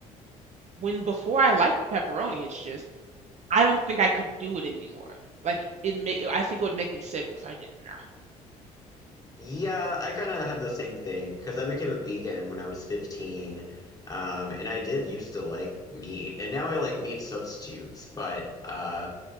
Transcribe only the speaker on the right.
When before I liked pepperoni, it's just I don't think I could do it anymore. Like it may, I think it would make me sick if I did it now.